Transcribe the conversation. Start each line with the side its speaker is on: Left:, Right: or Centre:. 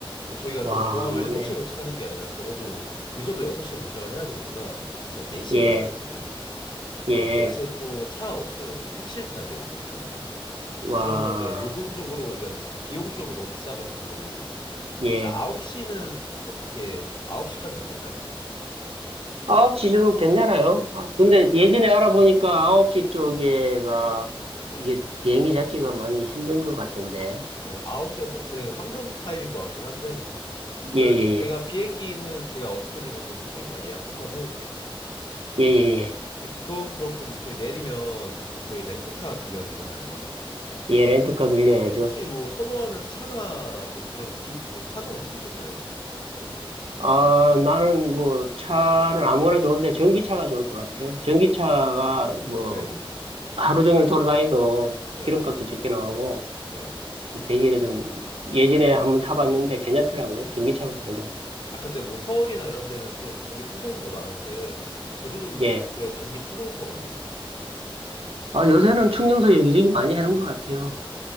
Left: 근데 저희가
Right: 와,
Left: 또 공항을
Right: 뭐네.
Left: 7시에 도착하는 게 아니라 적어도 늦어도 6시에 도착을 해야 되니까 그럼 제가 4시에
Right: 예,
Left: 나와야 되거든요. 근데
Right: 예,
Left: 그럼 4시에 또 차가 없어요. 택시를 타야 돼요, 그러면.
Right: 와,
Left: 그러면 네, 요금 적으로 그러니까 그 비용 쪽으로 너무 비싸가지고.
Right: 예.
Left: 혹시 9시는 어떻게 좀 9시까지는 안 될까요?
Right: 아홉시도 괜찮아요. 아, 근데 예전에 알아보니까 아홉시 쪽에가
Left: 네.
Right: 이게 비행기 잡기가 많이 힘든 것 같던데.
Left: 아, 9시가 딱 제 황금 타임인 것 같긴 한데. 그
Right: 예, 예,
Left: 제가
Right: 예.
Left: 비행기는 제가 어떻게 된 거면 좀 이따 가 예약 한번 해볼게요.
Right: 예, 예, 예.
Left: 네, 그건 그렇고 그럼 저희 내리면 또 저희 렌트카 빌려야 되잖아요.
Right: 예, 렌트카
Left: 혹,
Right: 빌려야죠.
Left: 네, 혹시 뭐 선호하는 차나 뭐 그런 기, 뭐 차종 있으실까요, 혹시?
Right: 아, 나는 뭐 차는 아무거나 좋은데 전기차가 좋을 것 같아요. 전기차가 뭐
Left: 네,
Right: 하루 종일 돌아다녀도
Left: 네,
Right: 기름값도 적게 나오고
Left: 네.
Right: 대신에 좀 예전에 한번 타봤는데 괜찮더라고요. 전기차가 괜찮아요.
Left: 아 근데 뭐 서울이나 이런 데는 좀 전기 충전소가 많은데 제주도도
Right: 예.
Left: 좀 그런 전기 충전소가 많나요?
Right: 아, 요새는 충전소 여기저기 많이 해놓은 것 같아요.